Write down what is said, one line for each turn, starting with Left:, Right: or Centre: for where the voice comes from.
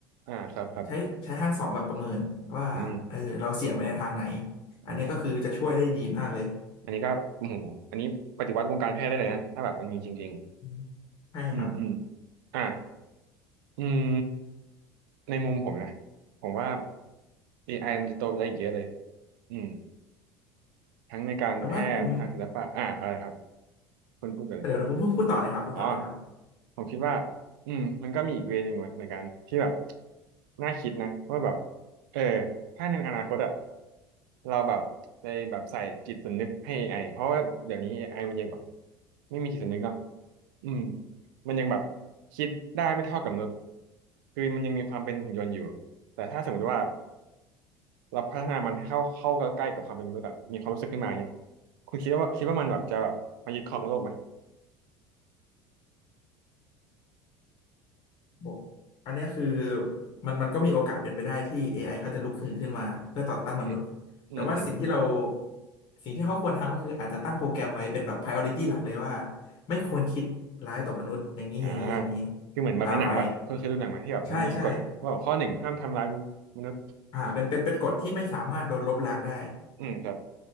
Right: อ่าครับครับ
Left: ใช้ใช้ทั้งสองแบบประเมินว่าเออเราเสี่ยงไปในทางไหน
Right: อืมอ๋อ
Left: อันเนี้ยก็คือจะช่วยได้ดีมากเลย
Right: อันนี้ก็โอ้โหอันนี้ปฏิวัติวงการแพทย์ได้เลยนะถ้าแบบมันมีจริง
Left: อืม
Right: ๆอืมอืม
Left: ใช่ครับ
Right: อ่าอืมในมุมผมนะผมว่า AI มันจะโตไปได้อีกเยอะเลยอืมทั้งในการแพทย์ทางศิลปะอ่าอะไรครับ
Left: แต่ว่าผม
Right: คุณพูดกันเลย
Left: เดี๋ยวเดี๋ยวคุณพูดพูดต่อเลยครับพูดต่อเลยครับ
Right: อ๋อผมคิดว่าอืมมันก็มีอีกเวย์หนึ่งเหมือนเกันที่แบบน่าคิดนะว่าแบบเออถ้าในอนาคตอะเราแบบไปแบบใส่จิตสำนึกให้ AI เพราะว่าเดี๋ยวนี้ AI มันยังแบบไม่มีจิตสำนึกเนาะอืมมันยังแบบคิดได้ไม่เท่ากับมนุษย์คือมันยังมีความเป็นหุ่นยนต์อยู่แต่ถ้าสมมติว่าเราพัฒนามันให้เข้าเข้าใกล้กับความเป็นมนุษย์อะมีความรู้สึกขึ้นมาเนี่ยคุณคิดว่าคิดว่ามันแบบจะแบบมายึดครองโลกไหม
Left: โอ้อันเนี้ยคือมันมันก็มีโอกาสเป็นไปได้ที่ AI เขาจะลุกฮือขึ้นมาเพื่อต่อต้านมนุษย์
Right: อืมอืมอืม
Left: แต่ว่าสิ่งที่เราสิ่งที่เขาควรทำก็คืออาจจะตั้งโปรแกรมไว้เป็นแบบ priority หลักเลยว่าไม่ควรคิดร้ายต่อมนุษย์อย่างนี้อย่างนี้อย่างนี้
Right: อ่าคือเหมือนแบบในหนังว่คุณเคยดูหนังไหมที่แบบมันมีกฎว่าแบบข้อหนึ่งห้ามทำร้าย
Left: อ่าไปใช่ใช่
Right: มนุษย์
Left: อ่าเป็นเป็นเป็นกฎที่ไม่สามารถโดนลบล้างได้
Right: อืมครับ